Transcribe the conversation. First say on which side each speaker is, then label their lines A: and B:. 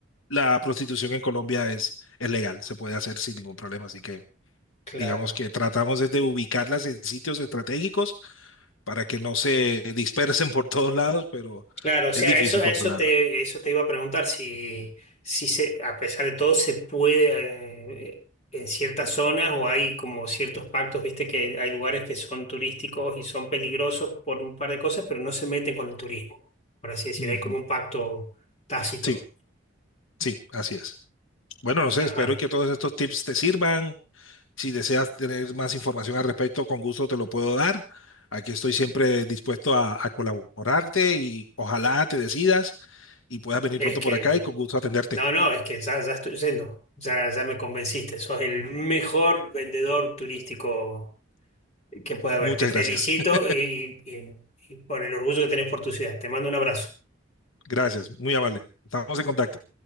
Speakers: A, on the left; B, on the left.
A: la prostitución en Colombia es, es legal, se puede hacer sin ningún problema. Así que
B: claro.
A: digamos que tratamos es de ubicarlas en sitios estratégicos para que no se dispersen por todos lados, pero
B: Claro, o sea,
A: es difícil
B: eso,
A: controlarlo.
B: a eso te, eso te iba a preguntar si, si se, a pesar de todo se puede eh, en ciertas zonas o hay como ciertos pactos, viste que hay lugares que son turísticos y son peligrosos por un par de cosas, pero no se meten con el turismo, por así decir,
A: Ujú.
B: hay como un pacto tácito.
A: Sí, sí, así es. Bueno, no sé,
B: Ajá.
A: espero que todos estos tips te sirvan. Si deseas tener más información al respecto, con gusto te lo puedo dar. Aquí estoy siempre dispuesto a, a colaborarte y ojalá te decidas y puedas venir
B: Es
A: pronto
B: que,
A: por acá y con gusto atenderte.
B: no, no, es que ya, ya estoy yendo, ya, ya me convenciste, sos el mejor vendedor turístico que pueda verte.
A: Muchas
B: Felicito
A: gracias. <laughs>
B: y, y- y por el orgullo que tenés por tu ciudad. Te mando un abrazo.
A: Gracias, muy amable. Estamos en contacto.